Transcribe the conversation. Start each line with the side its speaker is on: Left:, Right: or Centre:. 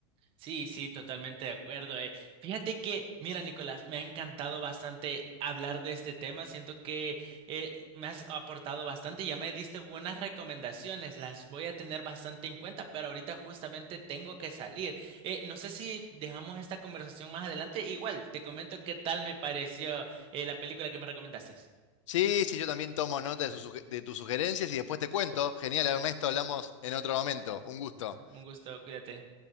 Right: Sí, sí, totalmente de acuerdo. eh. Fíjate que, mira, Nicolás, me ha encantado bastante hablar de este tema. Siento que eh, me has aportado bastante ya me diste buenas recomendaciones. Las voy a tener bastante en cuenta, pero ahorita justamente tengo que salir. Eh, no sé si dejamos esta conversación más adelante. Igual, te comento qué tal me pareció eh, la película que me recomendaste.
Left: Sí, sí, yo también tomo nota de, sus suge- de tus sugerencias y después te cuento. Genial, Ernesto, hablamos en otro momento. Un gusto.
Right: Un gusto, cuídate.